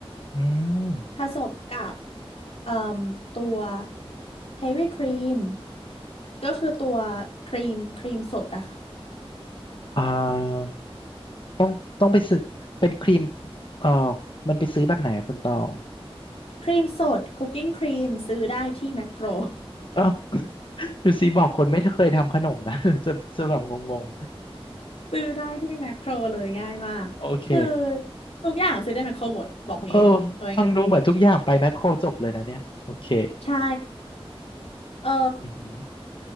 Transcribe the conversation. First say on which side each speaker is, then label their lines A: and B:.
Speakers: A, on the left; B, on the left.
A: อืม
B: ผสมกับเอ่มตัวเฮฟวี่ครีมก็คือตัวครีมครีมสดอะค่ะ
A: อ่าต้องต้องไปซื้อเป็นครีมเออมันไปซื้อแบบไหนอะคุณตอง
B: ครีมสดคุกกิ้งครีมซื้อได้ที่แมคโคร
A: เออ <laughs> ดูสิบอกคนไม่เคยทำขนมนะ <laughs> จะจะแบบงง
B: <laughs> ซื้อได้ที่แมคโครเลยง่ายมากคือ
A: ๆโอเค
B: ทุกอย่างซื้อได้แมคโครหมดบอกงี้เอาไว้ง่าย
A: เออฟังดูเหมือนทุกอย่างไปแมคโครจบเลยนะเนี่ยโอเค
B: ใช่เออ
A: อืมอหือ